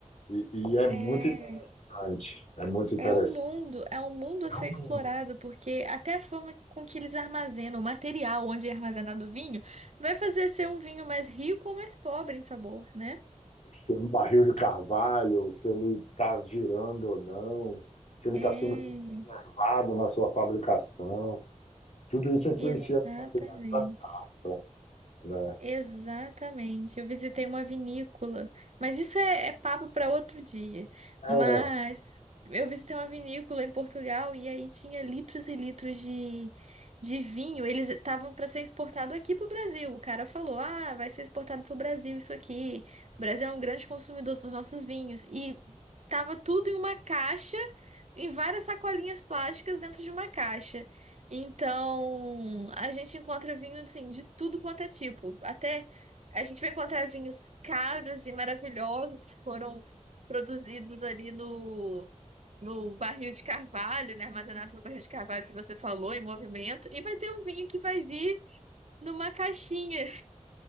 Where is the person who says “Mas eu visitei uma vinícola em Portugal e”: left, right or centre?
Right